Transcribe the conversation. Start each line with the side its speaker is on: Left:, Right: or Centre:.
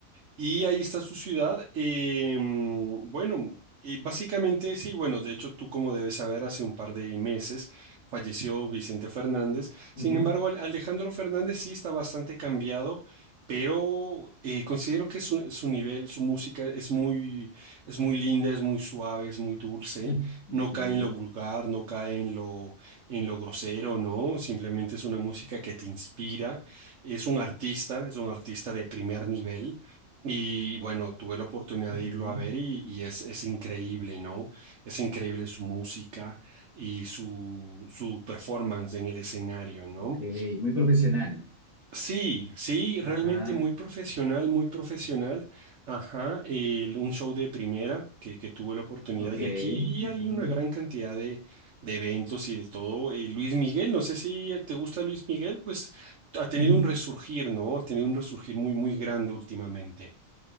Right: Y ahí está su ciudad. Em, bueno, eh, básicamente sí, bueno, de hecho tú como debes saber, hace un par de meses falleció Vicente Fernández. Sin
Centre: ujú,
Right: embargo, Al- Alejandro Fernández sí está bastante cambiado, pero eh, considero que su, su nivel, su música es muy, es muy linda, es muy suave, es muy dulce.
Centre: mm, ujú,
Right: No cae en lo vulgar, no cae en lo, en lo grosero, ¿no? Simplemente es una música que te inspira. Es un artista, es un artista de primer nivel. Y bueno, tuve la oportunidad
Centre: ujú.
Right: de irlo a ver y, y es, es increíble, ¿no? Es increíble su música y su, su performance en el escenario, ¿no?
Centre: Ok, muy profesional.
Right: Sí, sí, realmente
Centre: Ajá,
Right: muy profesional, muy profesional. Ajá, el- un show de primera que, que tuve la oportunidad
Centre: ok.
Right: y aquí
Centre: ujú,
Right: hay una gran cantidad de, de eventos y de todo. Eh, Luis Miguel, no sé si te gusta Luis Miguel, pues ha tenido
Centre: ujú.
Right: un resurgir, ¿no? Ha tenido un resurgir muy, muy grande últimamente.